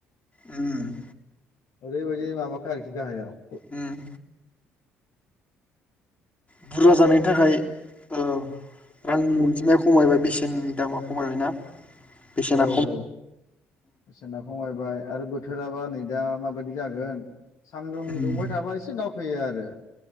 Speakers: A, on the left (about 20°); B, on the left (about 55°).
A: ओम
B: ओरैबायदि माबाखा आरोखि गाहायाव।
A: ओम बुरजा जानायनि थाखाय औ रांनि अनजिमाया खमायबाय बेसेननि दामा खमायबाय ना? बेसेना
B: औ औ बेसेना खमायबाय आरो बोथोराबा नै दा माबायदि जागोन सानदुं
A: उम
B: दुंबाय थाबा एसे दावखो फैयो आरो।